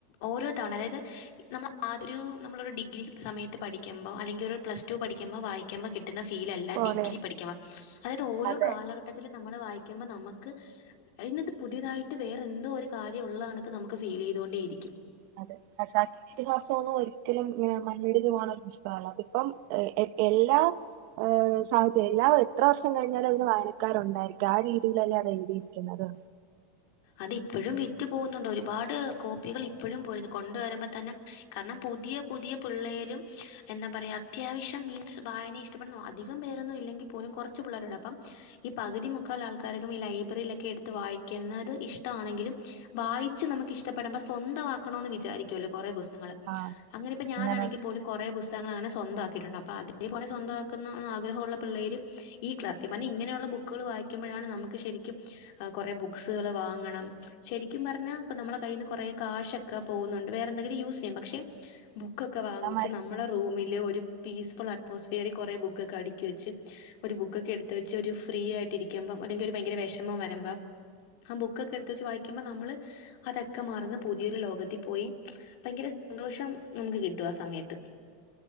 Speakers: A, on the left; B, on the right.
A: ഓരോ തവണ അതായത് ഈ നമ്മള് ആതൊരു നമ്മളൊരു ഡിഗ്രി സമയത്ത് പഠി ക്ക്മ്പോ അല്ലെങ്കി ഒരു പ്ലസ്ടു പഠിക്കുമ്പോ വായിക്ക്മ്പോ കി ട്ട്ന്ന ഫീലല്ല
B: പോലെ
A: ഡിഗ്രി പഠിക്കുമ്പം അതായത് ഓരോ
B: അതെ
A: കാലഘട്ടത്തിലും നമ്മള് വായിക്കുമ്പോ നമ്മക്ക് അയ്നാത്ത് പുതിയതായിട്ട് വേറെന്തോ ഒരു കാര്യം ഒള്ള കണക്ക് നമുക്ക് ഫീല് ചെയ്തുകൊണ്ടേ ഇരിക്കും
B: അതെ ഖസാക്കി ഇതിഹാസവൊന്നും ഒന്നും ഒരിക്കലും ഇങ്ങനെ മണ്ണിടിഞ്ഞ് പോകുന്ന പുസ്തകല്ല അതിപ്പം എല്ലാ ഏഹ് സാഹചര്യം എല്ലാവ എത്ര വർഷം കഴിഞ്ഞാലും അതിന് വായനക്കാരൊണ്ടായിരിക്കും ആ രീതിയിലല്ലേ അത് എഴുതിയിരിക്കുന്നത്
A: അത് ഇപ്പഴും വിറ്റ് പോകുന്നുണ്ട് ഒരുപാട് കോപ്പികൾ ഇപ്പോഴും പോയിരുന്നു കൊണ്ട് വരുമ്പോ തന്നെ കാരണം പുതിയ പുതിയ പിള്ളേരും എന്താ പറയാ അത്യാവശ്യം മീൻസ് വായന ഇ- ഇഷ്ട്ടപ്പെടുന്നു അതികം പേരൊന്നും ഇല്ലെങ്കി പോലും കൊറച്ച് പിള്ളേരുണ്ട് അപ്പം ഈ പകുതി മുക്കാലാൾക്കാരൊക്കെ ഈ ലൈബ്രറിലക്കെ എടുത്ത് വായിക്ക്ന്നത് ഇഷ്ടവാണെങ്കിലും വായിച്ച് നമുക്ക് ഇഷ്ടപ്പെടമ്പം സൊന്തവാക്കണവെന്ന് വിചാരിക്കുവല്ലോ കൊറേ പുസ്- നിങ്ങള്
B: ആഹ്
A: അങ്ങനിപ്പം ഞാനാണെങ്കി
B: അങ്ങനെ ഒരു
A: പോലും കൊറേ പുസ്തകങ്ങളങ്ങനെ സ്വന്തവാക്കിയിട്ടുണ്ട് അപ്പൊ അതേപോലെ സ്വന്തംവാക്കന്ന അഹ് ആഗ്രഹവുള്ള പിള്ളേര് ഈ ക്ലാത്യം പറഞ്ഞാ ഇങ്ങനെയുള്ള ബുക്കുകള് വായിക്കുമ്പോഴാണ് നമുക്ക് ശരിക്കും ഏഹ് കൊറേ ബുക്സുകള് വാ ങ്ങണം ശരിക്കും പറഞ്ഞാ ഇപ്പം നമ്മടെ കയ്യീന്ന് കൊറേ കാശക്കെ പോകുന്നുണ്ട് വേറെന്തെങ്കിലും യൂസ് ചെയ്യാം പക്ഷെ ബുക്കൊക്കെ
B: പുസ്തകമായിരിക്കും.
A: വാങ്ങിച്ച് നമ്മടെ റൂമില് ഒരു പീസ്ഫുൾ അറ്റ്മോസ്ഫിയറി കൊറേ ബുക്കൊക്കെ അടിക്കി വെച്ച് ഒരു ബുക്കൊക്കെ എടുത്ത് വെച്ച് ഒരു ഫ്രീ ആയിട്ട് ഇരിക്കുമ്പം അല്ലെങ്കി ഒരു ഭയങ്കര വെഷമം വെര്മ്പം ബുക്കൊക്കെ എടുത്ത് വെച്ച് വായിക്കുമ്പം നമ്മള് അതക്കെ മറന്ന് പുതിയൊരു ലോകത്തി പോയി ഭയങ്കര സന്തോഷം നമുക്ക് കിട്ടും ആ സമയത്ത്